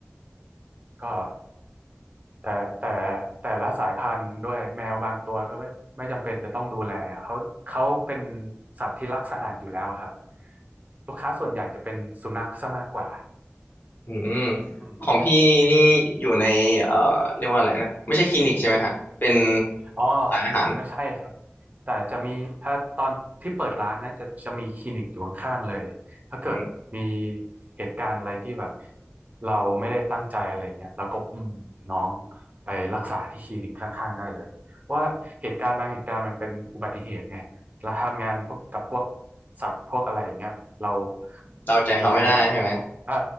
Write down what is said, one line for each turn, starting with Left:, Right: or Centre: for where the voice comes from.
Right: ก็แต่แต่แต่ละสายพันธุ์ด้วยแมวบางตัวก็ไม่ไม่จำเป็นจะต้องดูแลเขาเขาเป็นสัตว์ที่รักสะอาดอยู่แล้วครับ ลูกค้าส่วนใหญ่จะเป็นสุนัขซะมากกว่า
Left: อืม
Right: อืม
Left: ของพี่นี่อยู่ในเอ่อเรียกว่าอะไรนะไม่ใช่คลินิกใช่ไหมฮะเป็น
Right: อ๋อ
Left: ขายอาหาร
Right: ไม่ใช่ครับ แต่จะมีถ้าตอนที่เปิดร้านนะจะจะมีคลินิกอยู่ข้างๆเลยถ้าเกิดมี
Left: อืม
Right: เหตุการณ์อะไรที่แบบเราไม่ได้ตั้งใจอะไรเงี้ยเราก็อุ้มน้องไปรักษาที่คลินิกข้างๆได้เลยเพราะว่าเหตุการณ์บางเหตุการณ์มันเป็นอุบัติเหตุไงเราทำงานพวกกับพวกสัตว์พวกอะไรอย่างเงี้ยเรา
Left: เดาใจเขาไม่ได้ใช่ไหม
Right: มีบางอย่างเอ่อ